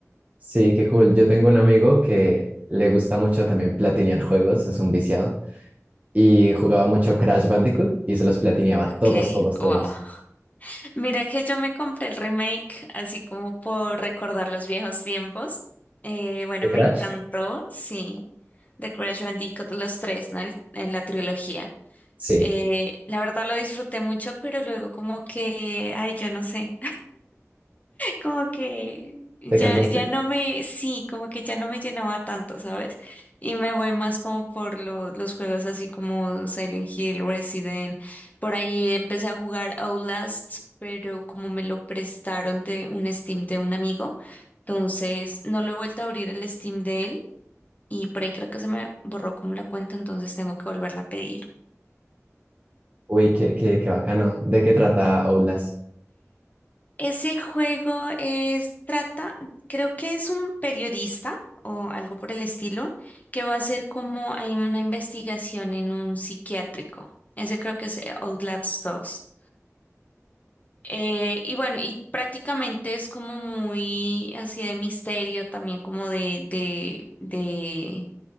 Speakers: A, on the right; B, on the left.
A: Sí, qué cool. Yo tengo un amigo que le gusta mucho también platinear juegos, es un viciado, y jugaba mucho Crash Bandicoot y se los platineaba
B: Ok,
A: todos, todos, todos.
B: wow. Mira que yo me compré el remake así como por recordar los viejos tiempos. Eh, bueno,
A: ¿De
B: me
A: Crash?
B: encantó, sí. The Crash Bandicoot, los tres, ¿no? El- en la trilogía.
A: Sí.
B: Eh, la verdad lo disfruté mucho, pero luego como que, ay, yo no sé como que ya,
A: ¿Te cansaste?
B: ya no me, sí, como que ya no me llenaba tanto, ¿sabes? Y me voy más como por lo- los juegos así como Silent Hill, Resident. Por ahí empecé a jugar Outlast, pero como me lo prestaron de un Steam de un amigo, entonces no lo he vuelto a abrir el Steam de él y por ahí creo que se me borró como la cuenta, entonces tengo que volverla a pedir.
A: Uy, qué, qué, qué bacano. ¿De qué trata Outlast?
B: Ese juego es, trata, creo que es un periodista o algo por el estilo, que va a hacer como hay una investigación en un psiquiátrico. Ese creo que es eh, Outlast dos Eh, y bueno, y prácticamente es como muy así de misterio, también como de, de, de,